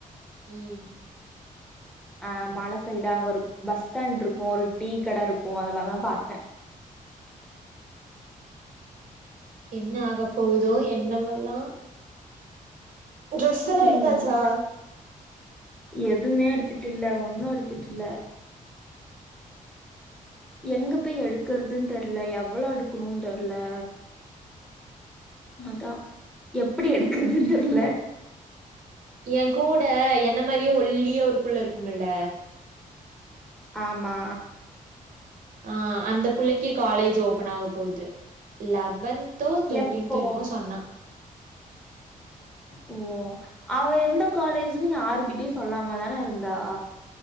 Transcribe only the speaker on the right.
ம்
என்ன ஆக போவ்தோ என்னமெல்லா ட்ரெஸ் எல்லா
எடுத்தாச்சா
என் கூட என்ன மரியே ஒல்லிய ஒரு புள்ள இருக்குமுல்ல
ஆ அந்த புள்ளைக்கு காலேஜ் ஓப்பன் ஆக போவ்து லவன்த் தோ தேர்டீன்த்தோ
என்னமோ சொன்னா